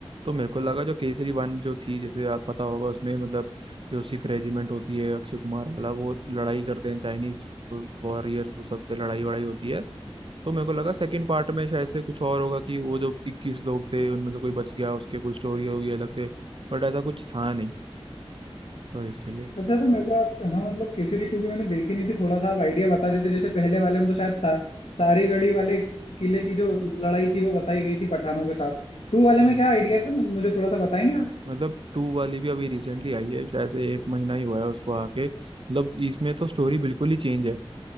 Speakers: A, on the right; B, on the left.
A: तो मेरे को लगा जो केसरी वन जो थी जैसे आप पता होगा उसमें मतलब जो सिख रेजिमेंट होती है अक्षय कुमार वाला वो लड़ाई करते हैं चाइनीज वॉरियर्स वो सब से लड़ाई वड़ाई होती है तो मेरे को लगा सेकंड पार्ट में शायद से कुछ और होगा कि वो जो इक्कीस लोग थे उनमें से कोई बच गया उसके कोई स्टोरी होगी अलग से बट ऐसा कुछ था नहीं तो इसीलिए
B: अच्छा तो मेरे को आप हाँ मतलब केसरी टू भी मैंने देखी नहीं थी थोड़ा सा आप आइडिया बता देते जैसे पहले वाले में तो शायद सा, सारी गढ़ी वाले किले की जो लड़ाई थी वो बताई गई थी पठानों के साथ टू वाले में
A: हम्म
B: क्या आइडिया था मुझे मुझे थोड़ा सा बताएंगे आप
A: मतलब टू वाली भी अभी रिसेंटली आई है शायद से एक महीना ही हुआ है उसको आके मतलब इसमें तो स्टोरी बिल्कुल ही चेंज है